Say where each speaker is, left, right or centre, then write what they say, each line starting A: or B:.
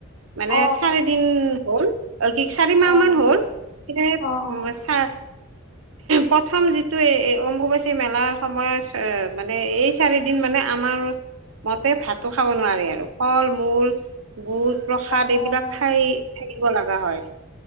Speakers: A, on the right (about 85°); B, on the left (about 85°).
A: মানে
B: অ',
A: চাৰি দিন হ'ল। অ'-কি চাৰি
B: অ',
A: মাহ মান হ'ল কিন্তু সেই
B: অ', অ', অ'।
A: চা প্ৰথম যিটো এই অম্বুবাচী মেলাৰ সময়ত, মানে এই চাৰিদিন মানে আমাৰ মতে ভাতো খাব নোৱাৰি আৰু ফল-মূল বুট, প্ৰসাদ
B: অ',
A: এইবিলাক খাই থাকিব লগা হয়।